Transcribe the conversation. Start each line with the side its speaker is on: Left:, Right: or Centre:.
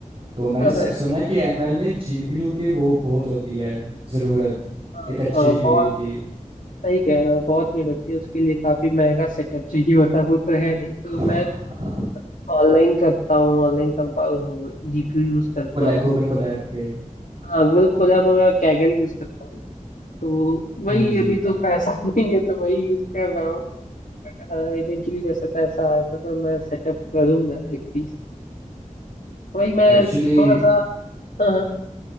Right: तो मैंने
Left: हाँ
Right: से-
Left: हाँ
Right: सुना है कि एमएल में जीपीयू की वो बहुत होती है ज़रूरत
Left: हाँ
Right: एक अच्छे
Left: हाँ,
Right: जीपीयू
Left: बहुत
Right: की
Left: सही कह रहे हो बहुत भीड़ होती है उसके लिए काफी महंगा सेटअप चाहिए होता है वो तो है नहीं
Right: <laughs>
Left: तो मैं ऑनलाइन करता हूँ ऑनलाइन कंपा जीपीयू यूज करता
Right: कोलैब
Left: हूँ
Right: गूगल कोलैब पे
Left: हाँ गूगल कोलैब वगैरह कैगल यूज करता हूँ तो वही
Right: हाँ जी
Left: अभी तो पैसा <laughs> नहीं है तो वही यूज कर रहा हूँ बट हाँ इवेंचुअली जैसे पैसा आया था तो मैं सेटअप करूंगा एक पीस वही मैं
Right: एक्चुअली
Left: थोड़ा सा हाँ